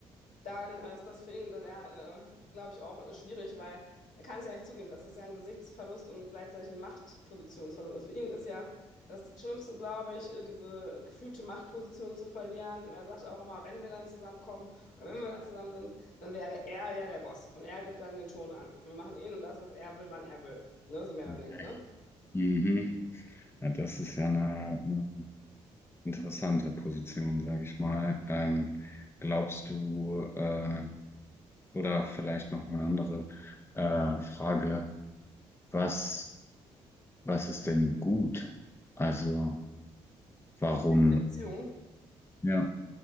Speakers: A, on the left; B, on the left.
A: dann äh, ist das für ihn dann ja, äh, glaube ich, auch äh, schwierig, weil er kann es ja nicht zugeben. Das ist ja ein Gesichtsverlust und gleichzeitig ein Machtpositionsverlust. Also für ihn ist ja das Schlimmste, glaube ich, äh, diese gefühlte Machtposition zu verlieren. Er sagt auch immer, wenn wir dann zusammenkommen oder wenn wir dann zusammen sind, dann wäre er ja der Boss und er gibt dann den Ton an. Wir machen ihn und das, was er will, wann er will. Ne? So mehr oder
B: Okay.
A: weniger, ne?
B: Mhm. Ja, das ist ja eine, eine interessante Position, sage ich mal. Ähm, glaubst du, äh, oder vielleicht noch eine andere äh, Frage, Was, was ist denn gut? Also, warum?
A: In der Beziehung.
B: Ja.